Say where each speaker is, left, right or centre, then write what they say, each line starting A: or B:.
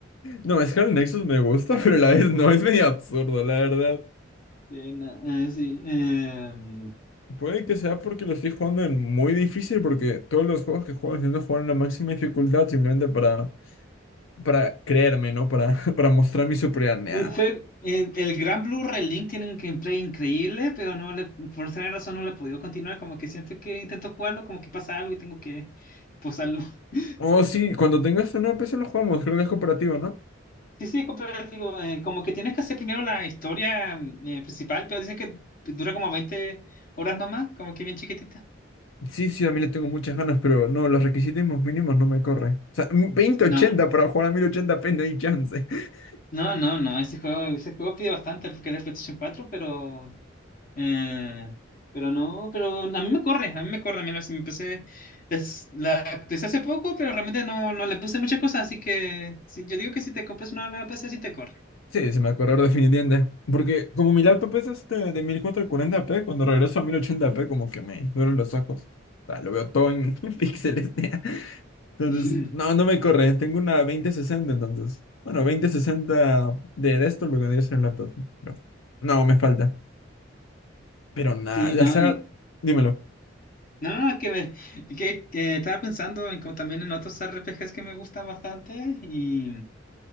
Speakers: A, on the left; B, on the left.
A: No, Scarlet Nexus me gusta, <laughs> pero a la vez no, es medio absurdo, la verdad.
B: Eh, no, eh, sí. eh, <laughs>
A: Puede que sea porque lo estoy jugando en muy difícil, porque todos los juegos que juego intento jugar en la máxima dificultad simplemente para, para creerme, ¿no? Para, <laughs> para mostrar mi superioridad.
B: un juego,
A: Nah.
B: eh, el Gran Blue Relink tiene un gameplay increíble, pero no le, por esa razón no le he podido continuar, como que siempre que intento jugarlo, como que pasa algo y tengo que posarlo. <laughs>
A: Oh, sí, cuando tengas una nueva PC lo jugamos, creo que es cooperativo, ¿no?
B: Sí, sí, es cooperativo, eh, como que tienes que hacer primero la historia mm, eh, principal, pero dicen que dura como 20 horas nomás, como que bien chiquitita.
A: Sí, sí, a mí le tengo muchas ganas, pero no, los requisitos mínimos no me corre. O sea, 2080
B: No.
A: para jugar a 1080p no hay chance. <laughs>
B: No, no, no, ese juego, ese juego pide bastante porque era de PlayStation 4 pero eh, pero no, pero a mí me corre, a mí me corre, mira, si me empecé, es, la empecé hace poco, pero realmente no, no le puse muchas cosas, así que sí, yo digo que si te compras una nueva PC sí te corre.
A: Sí, se me va a correr definitivamente. Porque como mi laptop
B: Sí,
A: es este de 1440p, cuando regreso a 1080p como que me duelen los ojos. O sea, lo veo todo en <laughs> píxeles. tía. Entonces,
B: <laughs>
A: no, no me corre. Tengo una 2060 entonces. Bueno, 2060 de desktop lo que vendría a ser el laptop. pero No, me falta. Pero nada,
B: Sí,
A: la
B: no,
A: saga...
B: y
A: Dímelo.
B: no, no, no, que me que, que estaba pensando en como también en otros RPGs que me gustan bastante y